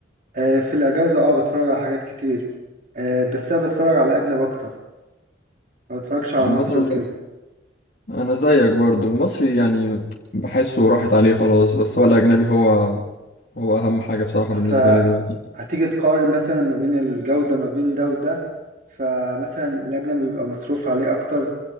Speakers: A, on the right (about 50°); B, on the left (about 50°).
A: آه في الاجازة اه بتفرج على حاجات كتير آه بس انا بتفرج على الاجنب اكتر ما بتفرجش على
B: عامه
A: مصري
B: انا
A: وكده
B: أنا زيك برضو المصري يعني بحسه راحت عليه خلاص بس هو الاجنبي هو هو اهم حاجه بصراحه
A: اصل
B: بالنسبه لي دلوقتي
A: هتيجي تقارن مثلا ما بين الجودة ما بين ده وده فمثلا الاجنبي بيبقى مصروف عليه اكتر